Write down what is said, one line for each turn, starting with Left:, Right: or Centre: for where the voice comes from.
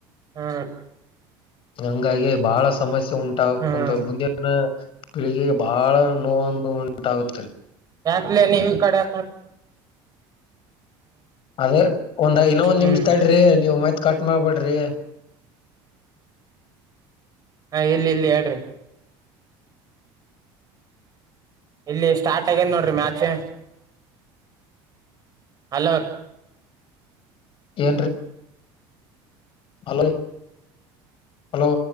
Right: ಹ್ಮ
Left: ಹಂಗಾಗಿ ಬಾಳ ಸಮಸ್ಯೆ ಉಂಟಾಗ
Right: ಹ್ಮ್
Left: ಕುಂತ ಮುಂದ ಪೀಳಿಗೆಗೆ ಬಹಳ ನೋೊಂದು ಉಂಟಾಗುತ್ತುತ್ತದೆ
Right: ಾಕ್ಲ ನೀ ಈ ಕಡೆ
Left: ಅದೇ ಒಂದ್ ಇನ್ನೊ ಒಂದ್
Right: ಹ್ಮ್
Left: ನಿಮಷ ತಡ್ರಿ ನೀವು್ ಮೈತ್ ಕಟ್ ಮಾಡ್ಬೇಡ್ರಿ
Right: ಹಾ ಎಲ್ಲಿ ಎಲ್ಲಿ ಹೇಳಡ್ರಿ ಇಲ್ಲಿ ಸ್ಟಾರ್ಟ್ ಆಗ್ಯದ ನೋಡ್ರಿ ಮ್ಯಾಚ ಅಲರ್
Left: ಏ ಅಲೇ ಹಲೋ